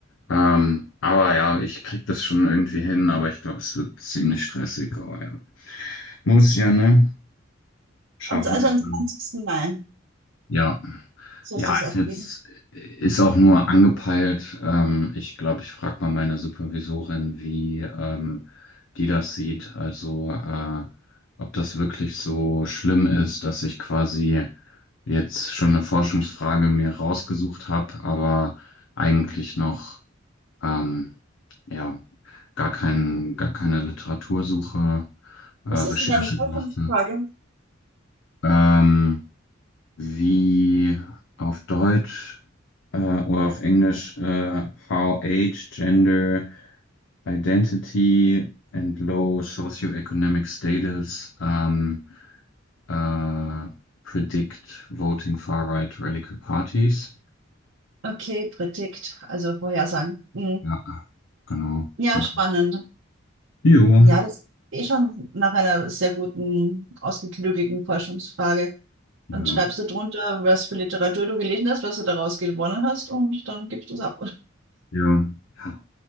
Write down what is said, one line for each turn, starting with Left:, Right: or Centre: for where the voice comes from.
Left: Ähm, aber ja, ich krieg das schon irgendwie hin, aber ich glaube, es wird ziemlich stressig. Aber ja. Muss ja, ne? Schaffen
Right: Am, also
Left: wir
Right: am
Left: schon.
Right: 20. Mai.
Left: Ja.
Right: sollst
Left: Ja,
Right: du es
Left: ist
Right: abgeben.
Left: jetzt, ist auch nur angepeilt. Ähm, ich glaube, ich frage mal meine Supervisorin, wie ähm, die das sieht. Also, äh, ob das wirklich so schlimm ist, dass ich quasi jetzt schon eine Forschungsfrage mir rausgesucht habe, aber eigentlich noch, ähm, ja, gar kein, gar keine Literatursuche, äh,
Right: Was
Left: Recherche
Right: ist denn deine Vorfrage?
Left: gemacht habe. Ähm, wie auf Deutsch äh, oder auf Englisch äh, How Age, Gender, Identity and Low Socioeconomic Status ähm, äh, predict voting far-right radical parties.
Right: Okay, Predikt, also Vorhersagen. Mhm.
Left: Ja, genau.
Right: Ja,
Left: Ja.
Right: spannend.
Left: Jo.
Right: Ja, das ist eh schon nach einer sehr guten, ausgeklügelten Forschungsfrage.
Left: Ja.
Right: Dann schreibst du drunter, was für Literatur du gelesen hast, was du daraus gewonnen hast und dann gibst du es ab.
Left: Ja. Ja,